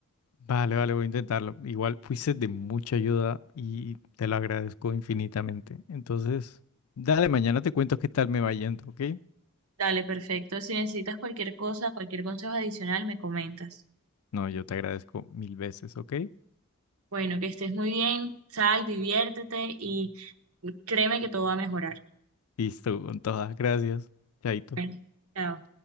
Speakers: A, on the left; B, on the right.
A: Vale, vale, voy a intentarlo. Igual fuiste de mucha ayuda y te lo agradezco infinitamente. Entonces, dale, mañana te cuento qué tal me va yendo, ¿ok?
B: Dale, perfecto. Si necesitas cualquier cosa, cualquier consejo adicional, me comentas.
A: No, yo te agradezco mil veces, ¿ok?
B: Bueno, que estés muy bien, sal, diviértete y créeme que todo va a mejorar.
A: Listo, con todas. Gracias. Chaito.
B: Bueno, chao.